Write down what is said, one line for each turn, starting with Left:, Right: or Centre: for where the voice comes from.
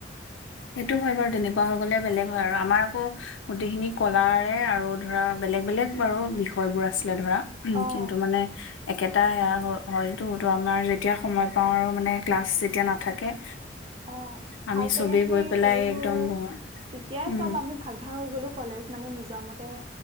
Left: সেইটো হয় বাৰু তেনেকুৱা হৈ গলে বেলেগ হয় আৰু আমাৰ আকৌ গোটেইখিনি কলাৰে আৰু ধৰা বেলেগ বেলেগ বাৰু বিষয়বোৰ আছিলে ধৰা। উ
Right: অ',
Left: কিন্তু মানে একেটা সেয়া হয়তো তো আমাৰ যেতিয়া সময় পাওঁ আৰু মানে ক্লাছ যেতিয়া নাথাকে
Right: অ
Left: আমি
Right: হাই ছেকেণ্ডাৰী
Left: চবেই গৈ পেলাই
Right: কৰিলো
Left: একদম বৰ
Right: তেতিয়াই
Left: উম
Right: চব আমি ভাগ ভাগ হৈ গলো কলেজ মানে নিজৰ মতে